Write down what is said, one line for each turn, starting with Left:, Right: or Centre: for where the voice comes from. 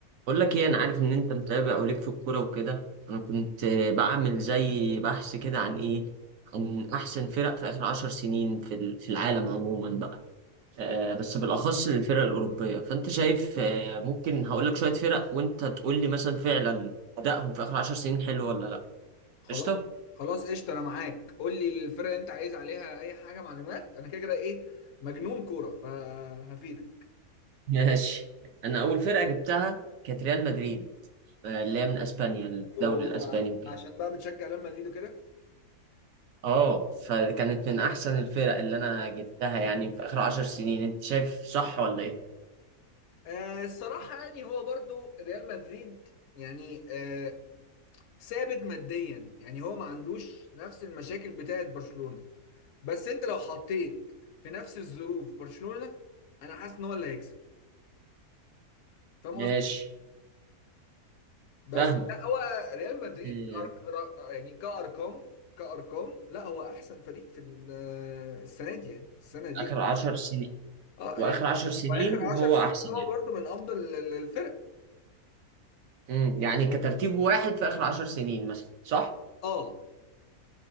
Right: بقول لك ايه انا عارف ان انت متابع او ليك في الكوره وكده انا كنت بعمل زي بحث كده عن ايه عن احسن فرق في اخر عشر سنين في ال- في العالم عموما بقى آه بس بالاخص الفرق الاوروبيه فانت شايف آه ممكن هقول لك شويه فرق وانت تقول لي مثلا فعلا ادائهم في اخر عشر سنين حلو ولا لا
Left: خلاص
Right: قشطه
Left: خلاص قشطه انا معاك قول لي الفرقه اللي انت عايز عليها اي حاجه معلومات انا كده كده ايه مجنون كوره فهفيدك
Right: <laughs> ماشي انا اول فرقه جبتها كانت ريال مدريد آه اللي هي من اسبانيا الدوري
Left: يو
Right: الاسباني
Left: بقى عشان بقى بتشجع ريال مدريد وكده
Right: اه فكانت من احسن الفرق اللي انا جبتها يعني في اخر عشر سنين انت شايف صح ولا ايه
Left: آه الصراحه يعني هو برضو ريال مدريد يعني آه ثابت ماديا يعني هو ما عندوش نفس المشاكل بتاعه برشلونه بس انت لو حطيت في نفس الظروف برشلونه انا حاسس ان هو اللي هيكسب فاهم
Right: ماشي
Left: بس
Right: فاهمك
Left: لا هو ريال مدريد
Right: إيه،
Left: أرك... را- يعني كأرقام كأرقام لا هو أحسن فريق في ال- السنة دي يعني السنة دي
Right: اخر عشر سنين
Left: اه
Right: واخر
Left: يعني
Right: عشر سنين
Left: وآخر
Right: هو
Left: 10 سنين
Right: احسن يعني
Left: هو برضو من أفضل ال- الفرق
Right: امم يعني كترتيب واحد في اخر عشر سنين مثلا صح
Left: اه